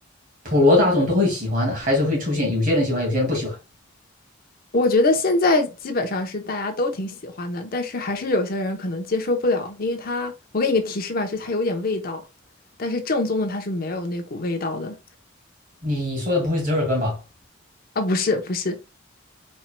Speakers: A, on the right (about 40°); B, on the left (about 45°).
A: 普罗大众都会喜欢的，还是会出现有些人喜欢，有些人不喜欢？
B: 我觉得现在基本上是大家都挺喜欢的，但是还是有些人可能接受不了，因为它，我给你个提示吧，就是它有点味道，但是正宗的它是没有那股味道的。
A: 你说的不会是折耳根吧？
B: 啊，不是不是，